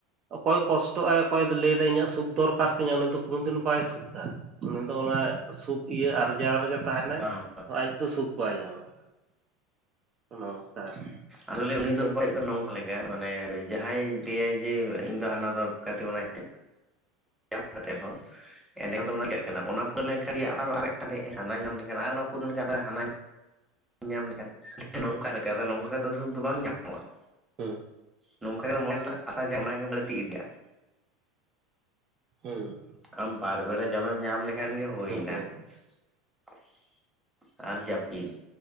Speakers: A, on the right; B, in the centre.
A: ᱚᱠᱚᱭ ᱠᱚᱥᱴᱚᱜᱼᱟᱭ ᱚᱠᱚᱭ ᱫᱚ ᱞᱟᱹᱭ ᱫᱟᱭ ᱤᱧᱟᱹᱜ ᱥᱩᱠ ᱫᱚᱨᱠᱟᱨ ᱛᱤᱧᱟ ᱩᱱᱤ ᱫᱚ ᱠᱳᱱᱳ ᱫᱤᱱ ᱵᱟᱭ ᱥᱩᱠ ᱠᱟ ᱩᱱᱤ ᱫᱚ ᱚᱱᱟ ᱥᱩᱠ ᱤᱭᱟᱹ ᱟᱨᱡᱟᱣ ᱨᱮᱜᱮ ᱛᱟᱦᱮᱱᱟᱭ
B: ᱵᱟᱝ
A: ᱟᱡ ᱫᱚ ᱥᱩᱠ ᱵᱟᱭ ᱧᱟᱢᱟ ᱾ ᱚᱱᱮ ᱚᱝᱠᱟ ᱟᱨ ᱾
B: ᱟᱨᱚ ᱞᱟᱹᱭ ᱩᱱᱤ ᱫᱚ ᱵᱮᱯᱟᱨ ᱦᱩᱭᱩᱜ ᱠᱟᱱᱟ ᱱᱚᱝᱠᱟ ᱞᱮᱠᱟ ᱢᱟᱱᱮ ᱡᱟᱦᱟᱸᱭ ᱞᱟᱹᱭ ᱟᱭ ᱡᱮ ᱤᱧ ᱫᱚ ᱦᱟᱱᱟ ᱫᱚᱨᱠᱟᱨ ᱛᱤᱧ ᱚᱱᱟ ᱧᱟᱢ ᱠᱟᱛᱮᱫ ᱨᱮᱦᱚᱸ ᱮᱱᱮ ᱠᱷᱟᱱ ᱫᱚ ᱚᱱᱟ ᱪᱤᱠᱟᱜ ᱚᱱᱟ ᱯᱩᱨᱟᱹ ᱞᱮᱱᱠᱷᱟᱱ ᱟᱵᱟᱨ ᱦᱚ ᱟᱨ ᱢᱤᱫᱴᱟᱱ ᱦᱮᱡ ᱮᱱ ᱦᱟᱱᱟ ᱧᱟᱢ ᱞᱮᱠᱷᱟᱱ ᱟᱨ ᱚᱱᱟᱹ ᱯᱩᱨᱟᱹ ᱞᱮᱠᱦᱷᱟᱱ ᱦᱟᱱᱟ ᱧᱟᱢ ᱞᱮᱠᱷᱟᱱ ᱱᱚᱝᱠᱟ ᱞᱮᱠᱟ ᱟᱫᱚ ᱱᱚᱝᱠᱟ ᱠᱟᱛᱮᱫ ᱫᱚ ᱥᱩᱠ ᱵᱟᱝ ᱧᱟᱢᱚᱜᱼᱟ ᱾
A: ᱦᱩᱸ ᱾
B: ᱱᱚᱝᱠᱟ ᱜᱮ ᱢᱚᱱᱮ ᱨᱮᱱᱟᱜ ᱟᱥᱟ ᱡᱟᱦᱟ ᱚᱱᱟ ᱜᱮ ᱵᱟᱹᱲᱛᱤ ᱤᱫᱤᱜᱼᱟ ᱾
A: ᱦᱩᱸ ᱾
B: ᱟᱢ ᱵᱟᱨ ᱵᱮᱲᱟ ᱡᱚᱢᱮᱢ ᱧᱟᱢ ᱞᱮᱠᱷᱟᱱ ᱜᱮ ᱦᱩᱭ ᱮᱱᱟ
A: ᱦᱳᱭ
B: ᱾ ᱟᱨ ᱡᱟᱹᱯᱤᱫ